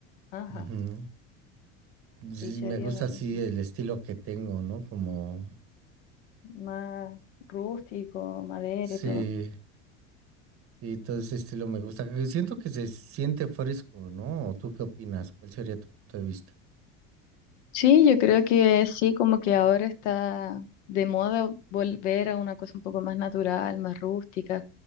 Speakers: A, on the left; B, on the right.
A: Ajá.
B: Ujú. Sí,
A: Sí, sería
B: me gusta
A: bonito.
B: así el estilo que tengo, ¿no? Como,
A: Más rústico, madera
B: sí,
A: y todo.
B: sí, todo ese estilo me gusta. que Siento que se siente fresco, ¿no? ¿O tú qué opinas? ¿Cuál sería tu punto de vista?
A: Sí, yo creo que sí, como que ahora está de moda volver a una cosa un poco más natural, más rústica,